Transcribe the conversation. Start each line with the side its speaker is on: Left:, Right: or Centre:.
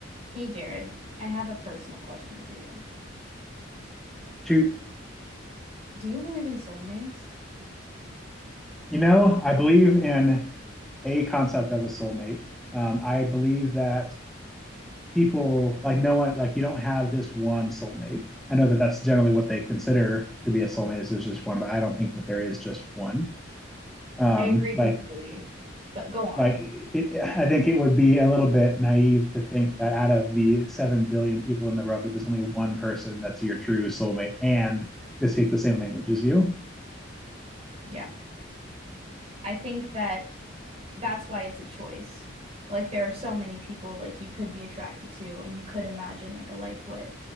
Right: Hey Jared, I have a personal question for you.
Centre: Shoot,
Right: Do you believe in soulmates?
Centre: you know, I believe in a concept of a soulmate. Um, I believe that people, like no one, like you don't have just one soulmate. I know that that's generally what they consider to be a soulmate is there's just one, but I don't think that there is just one. Um,
Right: I agree completely,
Centre: like,
Right: but go on.
Centre: like it, I think it would be a little bit naive to think that out of the seven billion people in the world, that there's only one person that's your true soulmate and they speak the same language as you.
Right: Yeah. I think that that's why it's a choice. Like there are so many people like you could be attracted to and you could imagine like a life with,